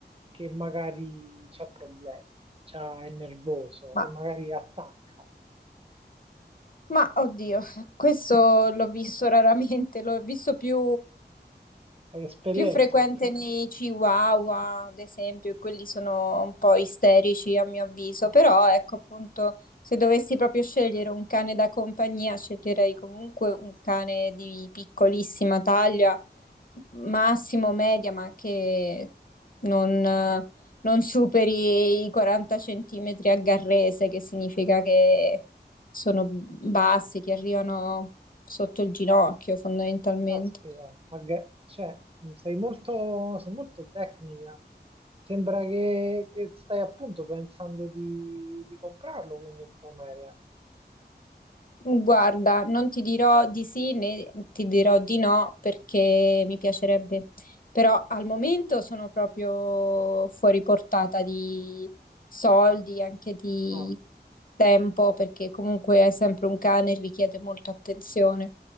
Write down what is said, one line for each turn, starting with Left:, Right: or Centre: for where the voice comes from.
Right: che magari ha problemi, c'ha- è nervoso
Left: ma
Right: e magari attacca.
Left: Ma oddio, questo
Right: <laughs>
Left: l'ho visto raramente, l'ho visto più,
Right: Hai esperienza,
Left: più frequente
Right: quindi.
Left: nei Chihuahua, ad esempio, e quelli sono un po' isterici a mio avviso,
Right: No,
Left: però ecco appunto, se dovessi proprio scegliere un cane da compagnia, sceglierei comunque un cane di piccolissima taglia, massimo media, ma che non, non superi i 40 centimetri a garrese, che significa che sono bassi che arrivano sotto il ginocchio fondamentalmente.
Right: caspita, agga- cioè, sei molto, sei molto tecnica. Sembra che, che stai appunto pensando di, di comprarlo, quindi un Pomerian.
Left: Guarda, non ti dirò di sì né ti dirò di no perché mi piacerebbe, però al momento sono proprio fuori portata di soldi, anche di
Right: Ah,
Left: tempo, perché comunque è sempre un cane e richiede molta attenzione.